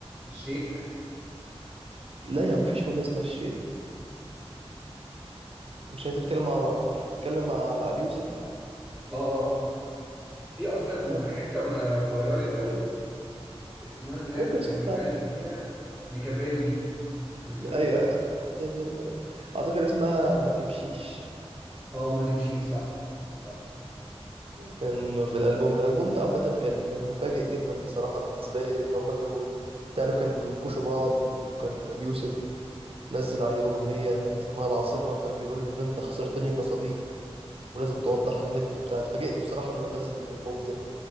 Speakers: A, in the centre; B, on the right.
A: الشيء اه
B: لا يا عم مفيش أغنية اسمها الشيء مش انت بتتكلم مع مش بتتكلم مع أبي يوسف؟
A: اه آه. في أصلا
B: آخر أب
A: حتة ما فيرالت قوي اسمها اللي هي
B: ممكن اسمها
A: كان بيتكلم فيها ميكافيلي اللي كان بيقول فيها
B: ايوه أيوة. اعتقد اسمها ما تمشيش
A: اه ما تمشيش صح صح
B: كان في الالبوم الالبوم ده عامه كان مفاجئ جدا بصراحه بالنسبه لي لان هم كانوا تعرف كانوا بينكشوا بعض وكان ابي يوسف نزل عليه اغنيه اسمها العاصفه كان بيقول له ان انت خسرتني كصديق ولازم توضح على النت وبتاع اتفاجئت بصراحه انه نزل الالبوم ده